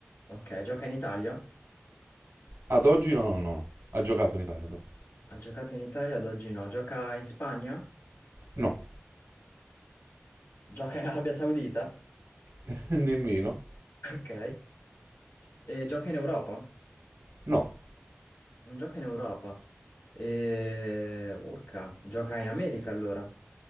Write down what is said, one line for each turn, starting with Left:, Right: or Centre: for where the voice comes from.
Left: Ok, gioca in Italia?
Right: Ad oggi no, no, no. no. Ha giocato in Italia però.
Left: Ha giocato in Italia, ad oggi no. Gioca in Spagna?
Right: No,
Left: Gioca in Arabia Saudita? <laughs>
Right: <laughs> nemmeno.
Left: Ok. E gioca in Europa?
Right: No.
Left: Non gioca in Europa. E... Urca, gioca in America allora.